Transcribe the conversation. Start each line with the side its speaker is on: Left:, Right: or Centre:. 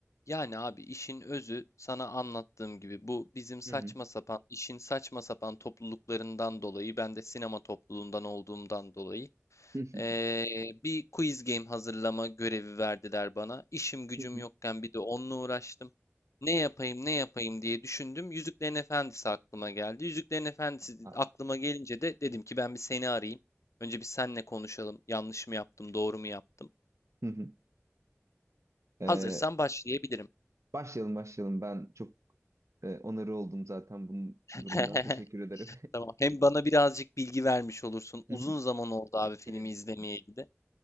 Left: Yani abi işin özü sana anlattığım gibi bu bizim saçma
Right: Hı hı.
Left: sapan işin saçma sapan topluluklarından dolayı ben de sinema topluluğundan olduğumdan dolayı
Right: Hı hı.
Left: eee, bir quiz game hazırlama görevi verdiler bana. İşim gücüm
Right: Hı hı.
Left: yokken bir de onunla uğraştım. Ne yapayım ne yapayım diye düşündüm. Yüzüklerin Efendisi aklıma geldi. Yüzüklerin Efendisi
Right: Ha,
Left: aklıma gelince de dedim ki ben bir seni arayayım. Önce bir senle konuşalım. Yanlış mı yaptım, doğru mu yaptım?
Right: hı hı. Ee,
Left: Hazırsan başlayabilirim.
Right: başlayalım başlayalım. Ben çok e, onarı oldum zaten bunun
Left: <laughs>
Right: durumdan. Teşekkür ederim.
Left: Tamam. Hem bana birazcık bilgi vermiş olursun.
Right: <laughs>
Left: Uzun
Right: Hı hı.
Left: zaman oldu abi
Right: Dikkat
Left: filmi izlemeyeli
Right: şimdi.
Left: de.